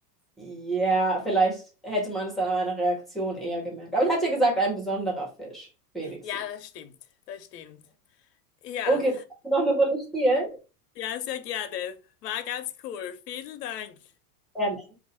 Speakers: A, in the centre; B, on the left.
A: ja, vielleicht hätte man es dann an meiner Reaktion eher gemerkt. Aber ich hatte ja gesagt, ein besonderer Fisch, wenigstens.
B: Ja, das stimmt. Das stimmt. Ja,
A: Okay, noch eine Runde spielen?
B: ja, sehr gerne. War ganz cool. Vielen Dank.
A: Gerne.